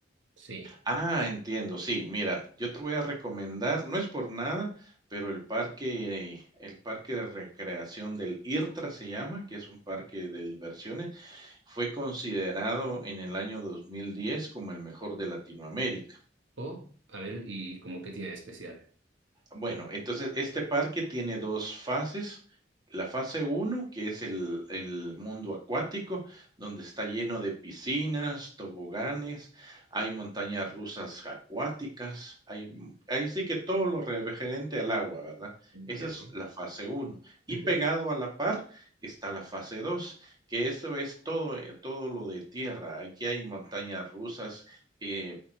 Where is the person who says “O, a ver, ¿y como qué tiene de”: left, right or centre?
Right